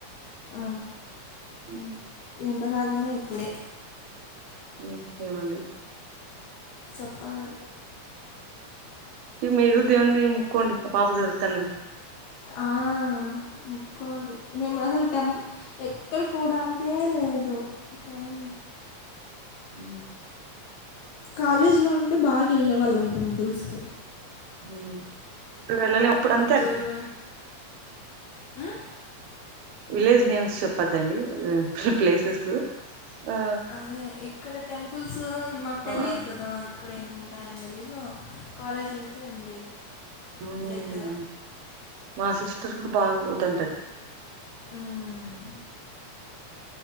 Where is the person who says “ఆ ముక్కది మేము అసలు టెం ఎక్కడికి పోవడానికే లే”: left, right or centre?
Left